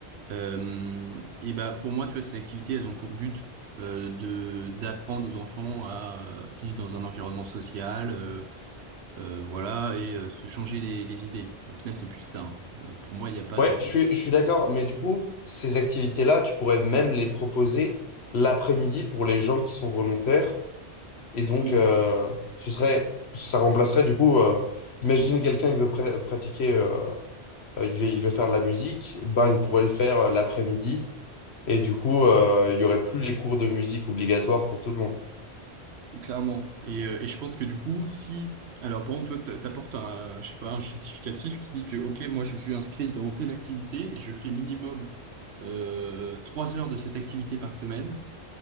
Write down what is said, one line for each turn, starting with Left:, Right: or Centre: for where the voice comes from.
Right: Euh, et bah pour moi, tu vois, ces activités, elles ont pour but euh, de d'apprendre aux enfants à euh, vivre dans un environnement social, euh, euh, voilà, et euh, se changer les, les idées. Au final, c'est plus ça. hein. Euh, pour moi, il n'y a pas
Left: Ouais,
Right: de.
Left: je suis, je suis d'accord, mais du coup, ces activités-là, tu pourrais même les proposer l'après-midi pour les gens qui sont volontaires. Et donc,
Right: Oui,
Left: euh, ce serait, ça remplacerait du coup, euh, imagine quelqu'un, il veut pra- pratiquer, euh, euh, il veut, il veut faire de la musique, ben, il pourrait le faire euh, l'après-midi Et du coup, euh, il y aurait plus les cours de musique obligatoires pour tout le monde.
Right: clairement. Et, euh, et je pense que du coup, si alors par exemple, toi, t'a- t'apportes un, je sais pas, un justificatif qui dit que ok, moi, je suis inscrit dans telle activité et je fais minimum euh, trois heures de cette activité par semaine.